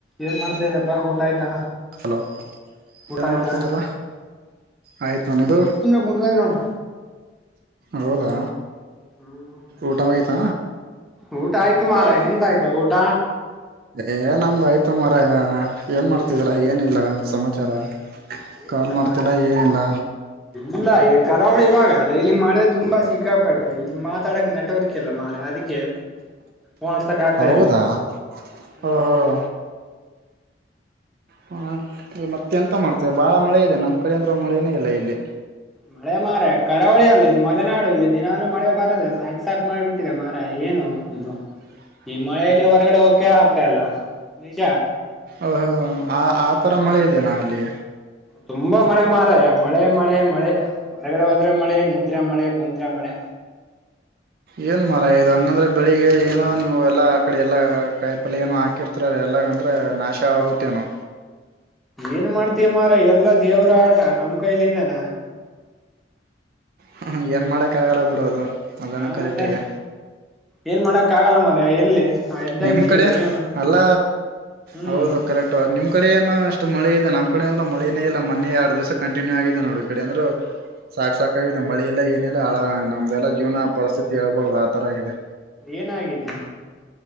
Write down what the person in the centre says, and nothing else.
ಏನ್ ಮಾಡ್ತಾ ಇದ್ದಪ್ಪಾ ಊಟ ಆಯ್ತಾ
ಊಟ
ಆಯ್ತಾ
ಹ್ಮ್
ಏನ್ ಸುಮ್ನೆ ಕುಂತ್ಕೊಂಡಿ ನೋಡು
ಹ್ಮ್
ಊಟ ಆಯ್ತು ಮಾರಾಯ ನಿಂದಾಯ್ತು ಊಟ
ಏನಿಲ್ಲ
ಮಾರಾಯ
ಇಲ್ಲ ಇ ಕರಾವಳಿ ಭಾಗ ಅಲ್ಲ ಇಲ್ಲಿ ಮಳೆ ತುಂಬಾ ಸಿಕ್ಕಾಪಟ್ಟೆ ಇ ಮಾತಾಡಕ್ಕೆ ನೆಟ್ವರ್ಕ್ ಇಲ್ಲಾ ಮಾರಾಯ ಅದಕ್ಕೆ. ಫೋನ್ ಹಚ್ಚಕ್ ಆಗ್ತಾ
ಇಲ್ಲ ಹ್ಮ್
ಮಳೆ ಮಾರಾಯ ಕರಾವಳಿ ಅಲ್ಲ ಇದು ಮಳೆ ನಾಡು ಇಲ್ಲಿ ದಿನಲೂ ಮಳೆ ಬರದೆ ಸಾಕ ಸಾಕ್ ಮಾಡಿಬಿಟ್ಟು. ಇದೆ ಮಾರಯ ಏನು ಇದು.
ಈ ಮಳೆಯಲ್ಲಿ ಹೊರಗಡೆ ಹೋಗಕೆ ಆಗ್ತಾಲ್ಲ ನಿಜ.
ಹ್ಮ್
ತುಂಬಾ ಮಳೆ ಮಾರಯ ಮಳೆ ಮಳೆ ಮಳೆ ಹೊರಗಡೆ ಹೋದ್ರೆ ಮಳೆ ನಿತ್ರೆ ಮಳೆ. ಕುಂತ್ರೆ ಮಳೆ.
ಏನ್ ಮಾಡ್ತೀಯ ಮಾರಯ ಎಲ್ಲಾ ದೇವ್ರ ಆಟ ನಮ್ ಕೈಲಿ ಇದಾನ.
ಹಾ
ಮತ್ತೆ ಏನ್ ಮಾಡಕ್ ಆಗಲ್ಲ ಮಾರಾಯ ಇರ್ಲಿ. ಆ ಇದ್ದಂಗ
ಇರ್ಲಿ
ಜೀವನ
ಹ್ಮ್
ಏನಾಗಿದೆ.